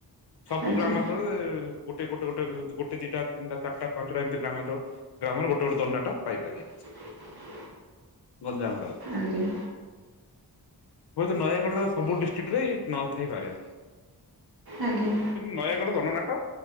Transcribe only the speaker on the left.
ସବୁ
ଗ୍ରାମାଞ୍ଚଳରେ-ଏ-ଏ ଗୋଟେ ଗୋଟ ଗୋଟେ ଉ-ଉ ଗୋଟେ ଦିଟା ତିନିଟା ଚାରିଟା ପାଞ୍ଚଟା ଏମିତି ଗ୍ରାମାଳଚଳ ଗ୍ରାମରେ ଗୋଟ ଗୋଟେ ଦଣ୍ଡନାଟ ପାଇପାରିବେ।
ଗଞ୍ଜାମର।
ହୁଏତ ନୟାଗଡ଼ର ସବୁ ଡିଷ୍ଟ୍ରିକ୍ଟରେ ନ ଥାଇପାରେ।
କିନ୍ତୁ ନୟାଗଡ଼ ଦଣ୍ଡନାଟ